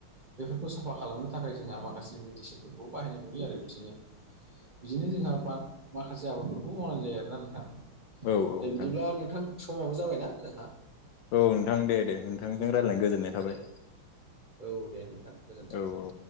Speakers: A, on the right; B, on the left.
A: बेफोरखौ साफा खालामनो थाखाय जोंहा माखासे मेडिसिनफोरखौ बाहायनाय नुयो आरो बिदिनो। बिदिनो जोंहा माखासे आबादफोरखौबो मावनाय जायो आरोना नोंथां।
B: नोंथां
A: दे बिदिब्ला नोंथां समावबो जाबायना जोंहा
B: औ नोंथां दे दे नोंथांजों रायज्लायनो गोजोननाय थाबाय?
A: दे औ दे नोंथां गोजोन्थों
B: औ औ